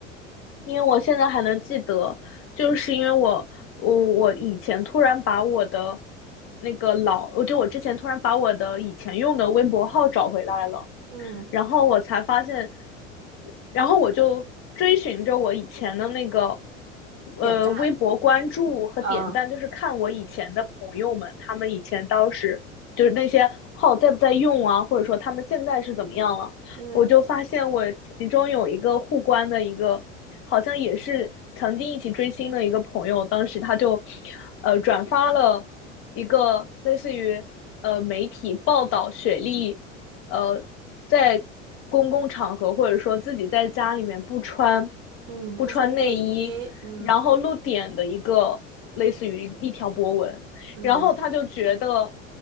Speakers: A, on the left; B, on the right.
A: 因为我现在还能记得，就是因为我我我以前突然把我的那个老，我就我之前突然把我的以前用的微博号找回来了。
B: 嗯
A: 然后我才发现，然后我就追寻着我以前的那个
B: 点赞，
A: 呃微博关注和点赞，
B: 啊，
A: 就是看我以前的朋友们，他们以前当时就是那些号在不在用啊，或者说他们现在是怎么样了，
B: 嗯
A: 我就发现我其中有一个互关的一个，好像也是曾经一起追星的一个朋友，当时他就呃转发了一个类似于呃媒体报道雪莉。呃，在公共场合或者说自己在家里面不穿
B: 嗯，
A: 不穿内衣，
B: 不穿内衣，嗯
A: 然后露点的一个类似于一条博文，
B: 嗯，
A: 然后他就觉得